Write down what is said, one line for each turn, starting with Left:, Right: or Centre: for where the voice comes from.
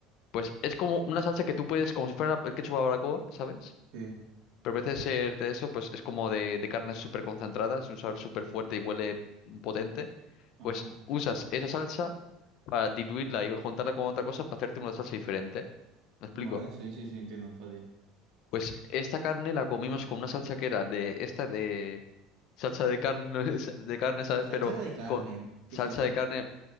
Left: pues es como una salsa que tú puedes, como si fuera el ketchup a la barbacoa, ¿sabes?
Right: Sí.
Left: Pero en vez de ser de eso, pues es como de, de carne súper concentrada, es un sabor súper fuerte y huele potente.
Right: Ajá.
Left: Pues usas esa salsa para diluirla y juntarla con otra cosa para hacerte una salsa diferente. ¿Me explico?
Right: Vale, sí, sí, sí, entiendo, fácil.
Left: Pues esta carne la comimos con una salsa que era de esta de salsa de carne <laughs> de carne, ¿sabes?
Right: Cháchara
Left: Pero
Right: de carne.
Left: con
Right: ¿Qué
Left: salsa
Right: es eso?
Left: de carne,